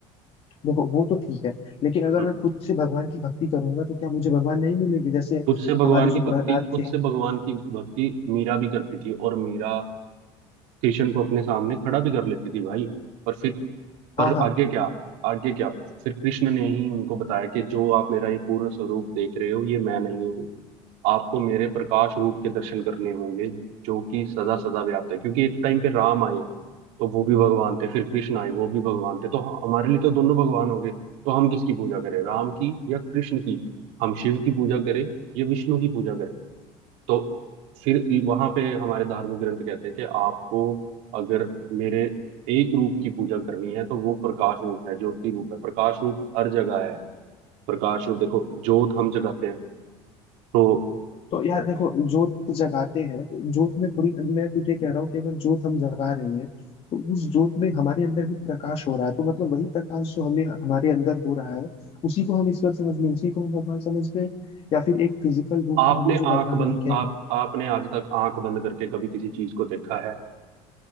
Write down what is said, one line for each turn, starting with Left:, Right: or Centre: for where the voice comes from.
Left: देखो वो तो ठीक है लेकिन अगर
Right: हम्म।
Left: मैं खुद से भगवान की भक्ति करूंगा तो क्या मुझे भगवान नहीं मिलेंगे जैसे
Right: खुद से भगवान
Left: हमारे जो
Right: की भक्ति
Left: प्रहलाद
Right: खुद
Left: थे
Right: से भगवान की भक्ति मीरा भी करती थी और मीरा कृष्ण को अपने सामने खड़ा भी कर लेती थी भाई पर फिर पर
Left: हाँ हाँ
Right: आगे क्या आगे क्या फिर कृष्ण ने ही उनको बताया कि जो आप मेरा ये पूर्ण स्वरूप देख रहे हो ये मैं नहीं हूँ आपको मेरे प्रकाश रूप के दर्शन करने होंगे जो कि सदा सदा व्याप्त है क्योंकि एक टाइम पे राम आए तो वो भी भगवान थे फिर कृष्ण आए वो भी भगवान थे तो हमारे लिए तो दोनों भगवान हो गए तो हम किसकी पूजा करें राम की या कृष्ण की हम शिव की पूजा करें या विष्णु की पूजा करें तो फिर वहां पे हमारे धार्मिक ग्रंथ कहते हैं कि आपको अगर मेरे एक रूप की पूजा करनी है तो वो प्रकाश रूप है ज्योति रूप है प्रकाश रूप हर जगह है प्रकाश रूप देखो ज्योत हम जगाते हैं तो
Left: तो यार देखो जोत जगाते हैं तो जोत में थोड़ी मैं तो ये कह रहा हूँ कि अगर जोत हम जगा रहे हैं तो उस जोत में हमारे अंदर भी प्रकाश हो रहा है तो मतलब वही प्रकाश जो हमें हमारे अंदर हो रहा है उसी को हम ईश्वर समझ लें उसी को हम भगवान समझ लें या फिर एक फिजिकल रूप
Right: आपने
Left: में हमें जो भगवान
Right: आंख बंद
Left: दिखेंगे
Right: आप आपने आज तक आंख बंद करके कभी किसी चीज को देखा है